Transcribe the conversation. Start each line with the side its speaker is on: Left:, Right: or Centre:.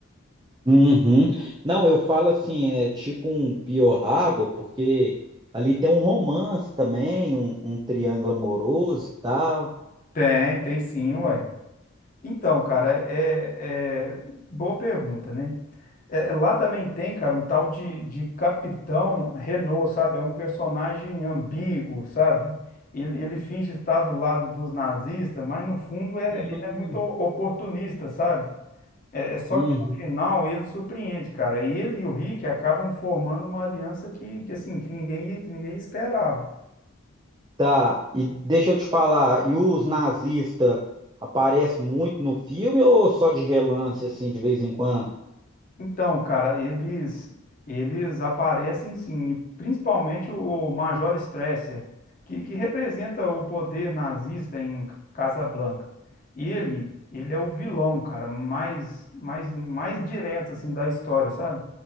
Right: Uhum. Não, eu falo assim, é tipo um Pearl Harbor, porque ali tem um romance também, um, um triângulo amoroso e tal.
Left: Tem, tem sim, ué. Então, cara, é, é- boa pergunta, né? É, é, lá também tem, cara, um tal de, de Capitão Renault, sabe? É um personagem ambíguo, sabe? Ele, ele finge estar do lado dos nazistas, mas no fundo é,
Right: Uhum.
Left: ele é muito oportunista, sabe? É, é só
Right: Uhum.
Left: que no final ele surpreende, cara. E ele e o Rick acabam formando uma aliança que, que assim, que ninguém, que ninguém esperava.
Right: Tá, e deixa eu te falar, e os nazistas aparecem muito no filme ou só de relance, assim, de vez em quando?
Left: Então, cara, eles eles aparecem sim, e principalmente o Major Stresser, que, que representa o poder nazista em Casablanca. Ele, ele é o vilão, cara, mais mais mais direto assim da história, sabe?